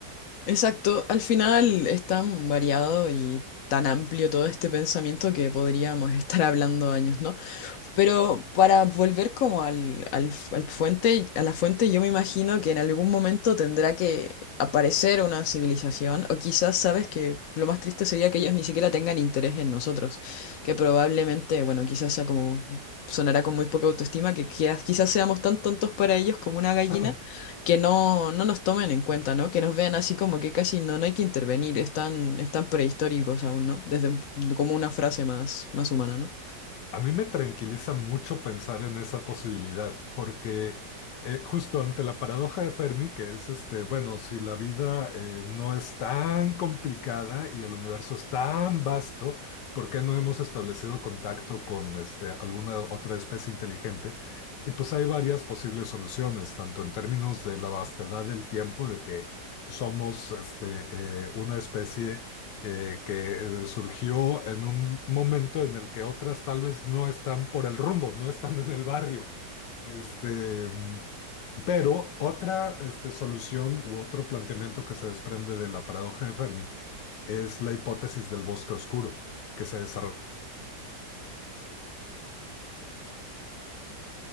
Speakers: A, on the left; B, on the left.
A: Exacto, al final es tan variado y tan amplio todo este pensamiento que podríamos <laughs> estar hablando años, ¿no? Pero para volver como al, al, al fuente, a la fuente, yo me imagino que en algún momento tendrá que aparecer una civilización, o quizás sabes que lo más triste sería que ellos ni siquiera tengan interés en nosotros, que probablemente, bueno, quizás sea como, sonará con muy poca autoestima, que quizás, quizás seamos tan tontos para ellos como una gallina,
B: <laughs>
A: que no, no nos tomen en cuenta, ¿no? Que nos vean así como que casi no, no hay que intervenir, están, están prehistóricos aún, ¿no? Desde un- como una frase más, más humana, ¿no?
B: A mí me tranquiliza mucho pensar en esa posibilidad, porque eh, justo ante la paradoja de Fermi, que es este, bueno, si la vida eh, no es tan complicada y el universo es tan vasto, ¿por qué no hemos establecido contacto con este, alguna otra especie inteligente? Y pues hay varias posibles soluciones, tanto en términos de la vastedad del tiempo, de que somos este, eh, una especie eh, que eh, surgió en un momento en el que otras tal vez no están por el rumbo, no están en el barrio. Este, mm, pero otra este, solución u otro planteamiento que se desprende de la paradoja de Fermi es la hipótesis del bosque oscuro, que se desarrolla.